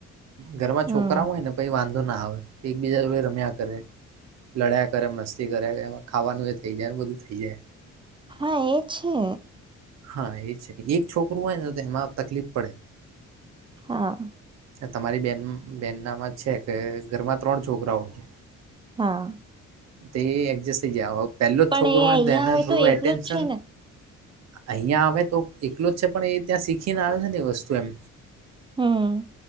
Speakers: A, on the right (about 60°); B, on the right (about 15°).
A: ઘરમાં
B: હમ.
A: છોકરાઓ હોય ને પછી વાંધો ના આવે. એકબીજા જોડે રમ્યા કરે, લડ્યા કરે, મસ્તી કરે, <unintelligible> ખાવાનું એ જ <unintelligible> થઈ જાય ને બધું થઈ જાય.
B: હા એ છે.
A: હા એ છે. એક છોકરું હોય ને તો એમાં તકલીફ પડે.
B: હા.
A: તમારી બેન બેન નામાં છે કે ઘરમાં ત્રણ છોકરાઓ છે.
B: હા.
A: તે એડજસ્ટ જયાવો. પહેલો જ
B: પણ
A: છોકરો
B: એ
A: હોય
B: અહિયાં
A: તો એને
B: આવે
A: થોડું
B: એકલો
A: એટેન્શન
B: જ છે ને
A: અહિયાં આવે તો એકલો જ છે પણ એ ત્યાં શીખીને આવે છે ને એ વસ્તુ એમ.
B: હમ્મ.